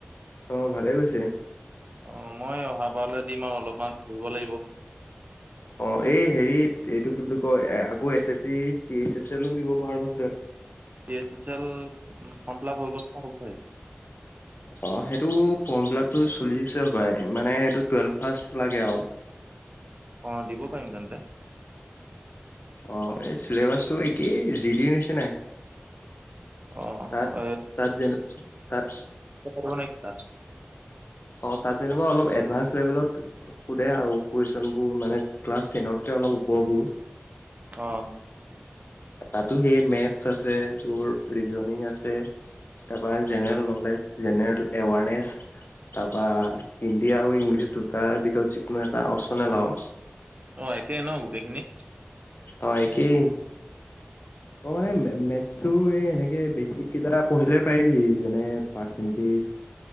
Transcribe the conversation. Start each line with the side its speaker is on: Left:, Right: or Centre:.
Left: অ' ভালেই গৈছে।
Right: অ' মই অহাবাৰলৈ দিম আৰু অলপমান পঢ়িব লাগিব।
Left: অ' এই হেৰিত এইটো কি বুলি কয় আকৌ S S C, C H S এলওঁ দিব পাৰ নহয় তই।
Right: C H S L form fill up হৈ গ'ল বুলি কৈছে।
Left: অ' সেইটো ফৰ্ম ফিলাপটো চলি আছে সপাই মানে সেইটো টুৱেলভ পাছ লাগে আওঁ।
Right: অ' দিব পৰিম তেন্তে।
Left: অ' এই চিলেবাচটো একেই জি দিৰ নিচিনাই।
Right: অ
Left: তাত
Right: এ,
Left: তাত যেনিবা তাত
Right: ক নাইকা <unintelligible>
Left: অ' তাত যেনিবা অলপ এডভান্স লেভেলত সুধে আৰু কুৱেশ্বন বোৰ মানে ক্লাছ টেনতকে অলপ ওপৰবোৰ।
Right: অ'।
Left: তাতো সেই মেথছ আছে তোৰ ৰিজনিং আছে। তাৰপৰা জেনেৰেল নলেজ, জেনেৰেল এৱাৰনেছ তাৰপা হিন্দী আৰু ইংলিছ দুটাৰ ভিতৰত যিকোনো এটা অপশ্বনেল আওঁ।
Right: অ' একেই ন' গোটেইখিনি।
Left: অ' একেই। মই মানে মে মে তো এই এনেকে বেচিক কিতাপ পঢ়িলে পাৰিবি যেনে পাৰ্চেন্টিজ